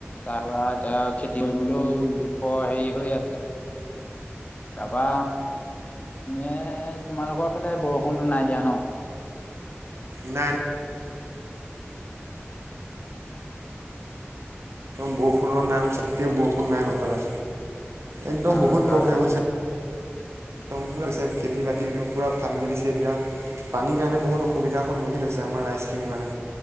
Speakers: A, on the left; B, on the right.
A: তাৰ পৰা এতিয়া খেতি কৰিবলৈও জোখ হেৰি হৈ আছে তা পা এ তোমালোকৰ ফালে বৰষুণটো নাই দিয়া ন
B: নাই নাই বৰষুণৰ নাম চান্তে বৰষুণ নাই ম এফালে একদম
A: হয়
B: বহুত
A: হয়
B: প্ৰব্লেম
A: হয়
B: হৈছে একদম পুৰা খেতি বাতি একদম পূৰা ফাত মেলিছে এতিয়া পানীৰ কাৰণে বহুত অসুবিধাৰ সন্মুখীন হৈছে আমাৰ ৰাইজখিনি মানে